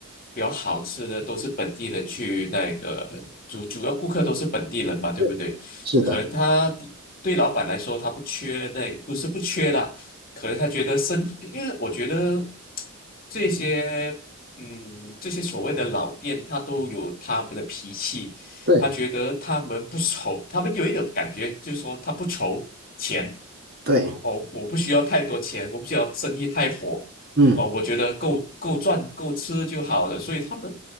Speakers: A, on the left (about 45°); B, on the right (about 45°).
A: 比较好吃的都是本地人去那个主主要顾客都是本地人嘛，对不对？
B: 对，是的，
A: 可能他对老板来说他不缺那个，不是不缺啦，可能他觉得生，因为我觉得这些嗯这些所谓的老店，他都有他们的脾气，
B: 对
A: 他觉得他们不愁，他们有一种感觉就是说他不愁钱。
B: 对，
A: 哦，我不需要太多钱，我不需要生意太火，
B: 嗯。
A: 哦，我觉得够够赚够吃就好了。所以他们